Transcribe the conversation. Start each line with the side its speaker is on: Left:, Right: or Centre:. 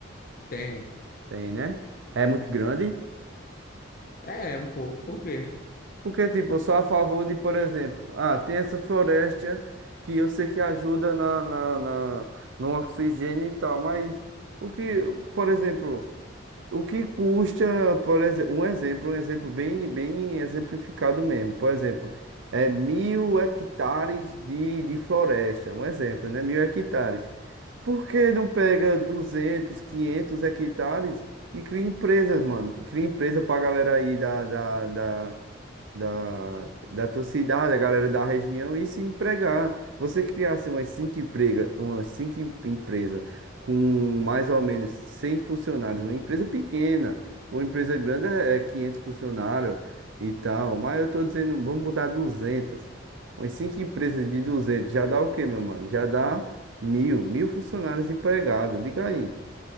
Left: tem.
Right: Tem, né? É muito grande.
Left: É, um pouco. Por quê?
Right: Porque, tipo, eu sou a favor de, por exemplo, ah, tem essa floresta que eu sei que ajuda na, na, na- no oxigênio e tal, mas o que, por exemplo, o que custa, por exemplo, um exemplo, um exemplo bem, bem exemplificado mesmo. Por exemplo, é mil hectares de, de floresta. Um exemplo, né? Mil hectares. Por que não pega 200, 500 hectares e cria empresas, mano? Que cria empresa pra galera aí da, da, da, da, da tua cidade, a galera da região, e se empregar. Você criasse umas cinco emprega, umas cinco em- empresa com mais ou menos 100 funcionários, uma empresa pequena, uma empresa grande é é 500 funcionários e tal, mas eu tô dizendo, vamos botar 200. Umas cinco empresas de 200, já dá o quê, meu mano? Já dá mil, mil funcionários empregados, diga aí.